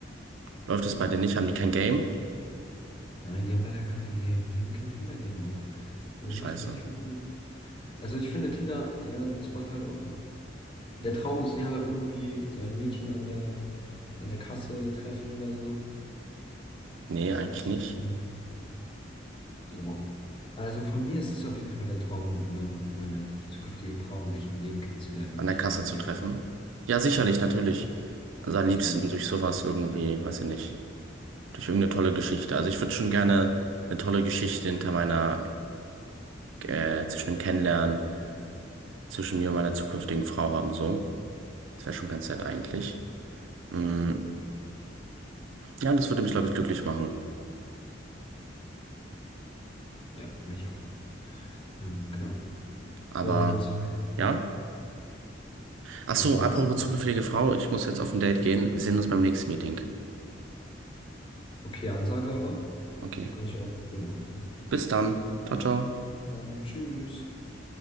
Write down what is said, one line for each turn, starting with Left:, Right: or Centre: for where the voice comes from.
Right: Läuft es bei denen nicht? Haben die kein Game?
Left: Nein, die haben leider gar kein Game. Die haben kein Tinder-Game auch. So,
Right: Scheiße.
Left: die wissen gar nicht, wie. Also ich finde Tinder, ja, es macht halt auch. Der Traum ist ja irgendwie sein Mädchen an der, an der Kasse treffen oder so.
Right: Nee,
Left: Das
Right: eigentlich
Left: ist,
Right: nicht.
Left: ist so. Ja. Also von mir ist es auf jeden Fall der Traum, mein, meine zukünftige Frau im echten Leben kennenzulernen
Right: An
Left: und nicht
Right: der Kasse
Left: in meiner dating
Right: zu treffen. Ja, sicherlich, natürlich. Also am liebsten
Left: zum Beispiel.
Right: durch sowas irgendwie, weiß ich nicht. durch irgendeine tolle Geschichte. Also ich würde schon gerne eine tolle Geschichte hinter meiner, äh, zwischen dem Kennenlernen, zwischen mir und meiner zukünftigen Frau haben, so. Das wäre schon ganz nett eigentlich. Mm, ja, das würde mich, glaube ich, glücklich machen.
Left: Ja, mich auch. Ähm, genau.
Right: Aber
Left: Und
Right: ja. Ach so,
Left: ansonsten,
Right: apropos zukünftige Frau, ich muss jetzt auf ein Date gehen. Wir sehen uns beim nächsten Meeting.
Left: okay, Ansage aber,
Right: Okay.
Left: kann ich auch verstehen auch. Ne?
Right: Bis dann. Ciao, ciao.
Left: Ähm, tschüss.